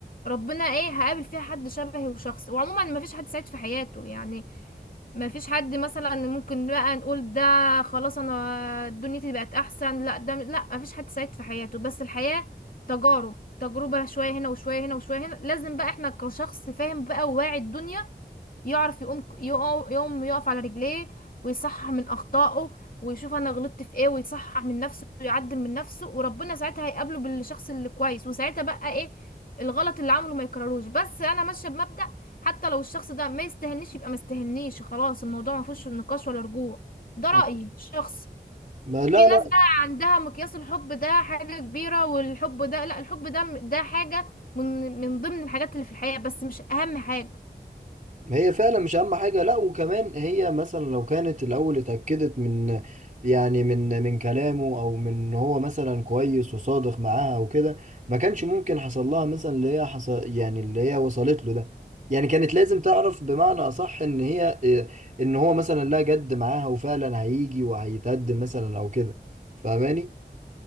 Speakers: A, on the left; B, on the right.
A: ربنا ايه هقابل فيها حد شبهي وشخص وعموما مفيش حد سعيد في حياته يعني ما فيش حد مثلا ممكن بقى نقول ده خلاص انا دنيتي بقت احسن لا ده لا ما فيش حد سعيد في حياته بس الحياة تجارب تجربة شوية هنا وشوية هنا وشوية هنا لازم بقى احنا كشخص فاهم بقى وواعي الدنيا يعرف يقوم يقو- يقوم يقف على رجليه ويصحح من أخطائه ويشوف أنا غلطت في إيه ويصحح من نفسه ويعدل من نفسه وربنا ساعتها هيقابله بالشخص اللي كويس وساعتها بقى إيه الغلط اللي عمله ما يكرروش بس أنا ماشية بمبدأ حتى لو الشخص ده ما يستهنيش يبقى ما يستهنيش خلاص الموضوع ما فيهوش نقاش ولا رجوع ده
B: آه.
A: رأيي الشخصي
B: ما لا
A: في ناس
B: لا
A: بقى عندها مقياس الحب ده حاجة كبيرة والحب ده لا الحب ده ده حاجة من من ضمن الحاجات اللي في الحياة بس مش أهم حاجة
B: هي فعلا مش اهم حاجه لا وكمان هي مثلا لو كانت الاول اتاكدت من يعني من من كلامه او من إن هو مثلا كويس وصادق معاها وكده ما كانش ممكن حصل لها مثلا اللي هي حصل يعني اللي هي وصلت له ده يعني كانت لازم تعرف بمعنى اصح ان هي إيه، ان هو مثلا لا جد معاها وفعلا هيجي وهيتقدم مثلا او كده فاهماني